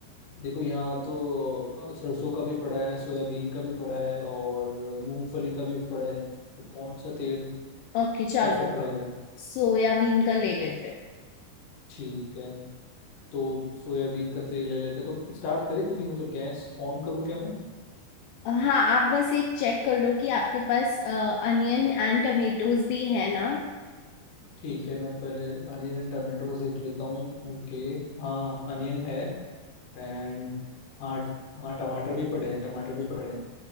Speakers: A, on the left; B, on the left.
A: देखो यहाँ तो अ, सरसों का भी पड़ा है सोयाबीन का भी पड़ा है और अ, मूंगफली का भी पड़ा है तो कौन सा तेल
B: ओके चलो
A: परफेक्ट
B: अब
A: रहेगा
B: सोयाबीन का ले लेते हैं
A: ठीक है तो सोयाबीन का तेल ले लेते हैं तो स्टार्ट करें क्योंकि मतलब गैस ऑन करूँ क्या मैं
B: अ, हाँ आप बस एक चेक कर लो कि आपके पास अनियन एंड टमेटोज भी है ना
A: ठीक है मैं पहले अनियन एंड टमाटोज देख लेता हूँ ओके हाँ अनियन है एंड हाँ हाँ टमाटर भी पड़े हैं टमाटर भी पड़े हैं